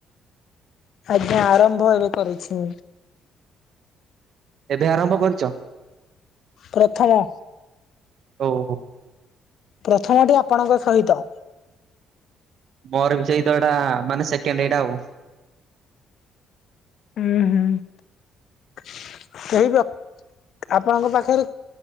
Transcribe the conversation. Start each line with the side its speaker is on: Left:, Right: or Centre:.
Left: ଆଜ୍ଞା ଆରମ୍ଭ ଏବେ କରିଛି।
Right: ଏବେ ଆରମ୍ଭ କରିଚ?
Left: ପ୍ରଥମ
Right: ଓହୋ।
Left: ପ୍ରଥମଟି ଆପଣଙ୍କ ସହିତ।
Right: ମୋର ବି ସେଇତ ଏଡା ମାନେ ସେକେଣ୍ଡ ଏଇଟା ଆଉ।
Left: ଉଁହୁ କେହିବକ ଆପଣଙ୍କ ପାଖରେ